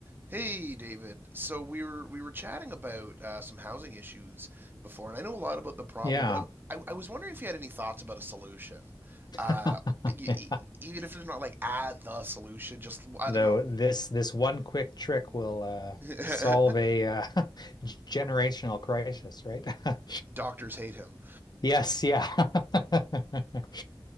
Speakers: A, on the right (about 25°); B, on the left (about 55°).
A: Hey, David. So we were we were chatting about uh, some housing issues before, and I know a lot about the problem,
B: Yeah.
A: but I, I, I was wondering if you had any thoughts about a solution.
B: <laughs>
A: Uh, y
B: Yeah.
A: y- even if it's not like ah the solution, just I
B: Though
A: don't know.
B: this this one quick trick will uh
A: <laughs>
B: solve a uh, <laughs> generational crisis, right? <laughs>
A: Doctors hate him.
B: Yes, yeah. <laughs>